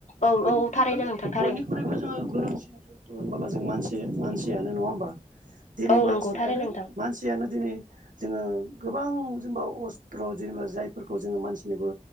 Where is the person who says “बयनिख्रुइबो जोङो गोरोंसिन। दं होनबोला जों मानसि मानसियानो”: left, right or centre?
Right